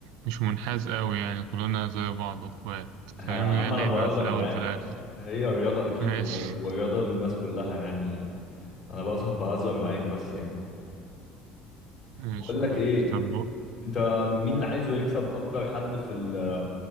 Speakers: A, on the right; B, on the left.
A: مش منحاز قوي يعني كلنا زي بعض اخوات
B: <laughs>
A: فاهم
B: ها- يا
A: هي
B: عم انا
A: لعبة
B: بهزر
A: في الاول
B: معاك
A: وفي الاخر
B: هي رياضة اكيد
A: ماشي
B: و- والرياضة للناس كلها يعني انا بهزر بهزر معاك بس يعني
A: ماشي
B: بقول
A: يا
B: لك
A: صاحبي
B: ايه
A: طب
B: انت مين اللي عايزه يكسب اكتر حد في ال-